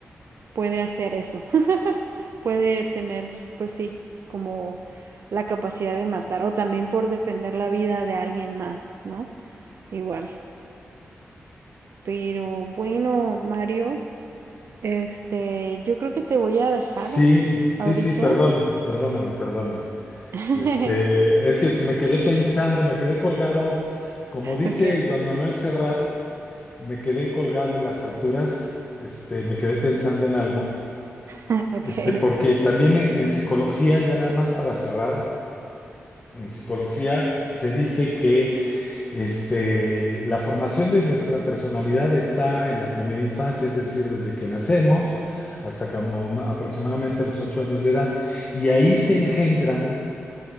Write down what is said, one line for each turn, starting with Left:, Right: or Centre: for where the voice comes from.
Right: puede hacer eso, <laughs> puede tener, pues sí, como la capacidad de matar o también por defender la vida de alguien más, ¿no? Igual. Pero bueno, Mario. Este, yo creo que te voy a dejar
Left: Sí, sí,
Right: ahorita.
Left: sí, perdona, perdóname, perdóname.
Right: <laughs>
Left: Este, es que me quedé pensando, me quedé colgado, como dice
Right: Ok,
Left: Joan Manuel Serrat. Me quedé colgado en las alturas, este, me quedé pensando en algo,
Right: <laughs> ok.
Left: este, porque también en, en psicología, ya nada más para cerrar, en psicología se dice que este, la formación de nuestra personalidad está en la primera infancia, es decir, desde que nacemos hasta como ma- aproximadamente los ocho años de edad, y ahí se engendran